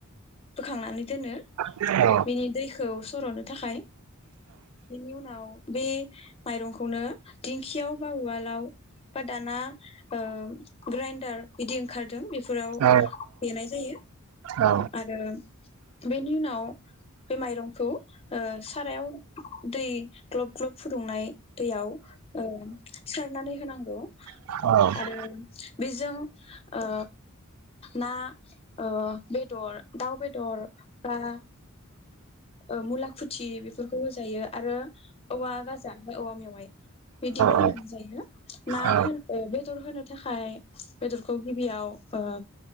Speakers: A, on the left (about 25°); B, on the right (about 80°).
A: बोखांनानै दोनो।
B: औ औ
A: बिनि दैखौ सर'नो थाखाय बेनि उनाव बे माइरंखौनो दिंखियाव बा उवालाव बा दाना ओ ग्राइन्डार बिदि ओंखारदों बेफोराव
B: औ
A: देनाय जायो।
B: औ
A: आरो बेनि उनाव बे माइरंखौ ओ सारायाव दै ग्लब ग्लब फुदुंनाय दैयाव ओ सारनानै होनांगौ।
B: औ
A: आरो बेजों ओ ना ओ बेदर दाउ बेदर बा ओ मुला खुथि बेफोरखौ होजायो आरो औवा गाजा ओमफाय औवा मेवाइ बाय बिदिबो होनानै
B: औ
A: जायो ना
B: औ
A: होन बे दर होनो थाखाय बेदरखौ गिबियाव ओ